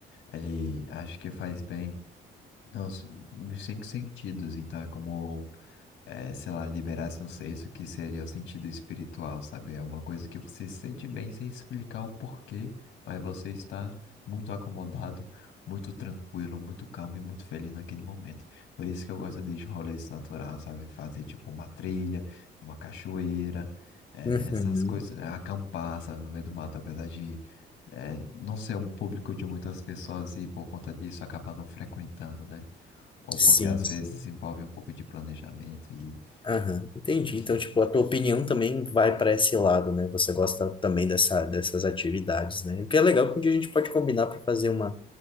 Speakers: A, on the left; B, on the left.
A: ele acho que faz bem, não, s- nos cinco sentidos. Então é como é, sei lá, liberasse um senso que seria o sentido espiritual, sabe? É uma coisa que você se sente bem sem explicar o porquê, mas você está muito acomodado, muito tranquilo, muito calmo e muito feliz naquele momento. Por isso que eu gosto de rolês natural, sabe? Fazer tipo uma trilha, uma cachoeira, é,
B: Uhum.
A: essas coisas, é, acampar, sabe, no meio do mato, apesar de é, não ser um público de muitas pessoas e por conta disso acabar não frequentando, né? Ou
B: Sim,
A: porque às
B: sim.
A: vezes envolve um pouco de planejamento e
B: Aham, entendi.
A: enfim.
B: Então, tipo, a tua opinião também vai para esse lado, né? Você gosta também dessa, dessas atividades, né? O que é legal, porque a gente pode combinar para fazer uma,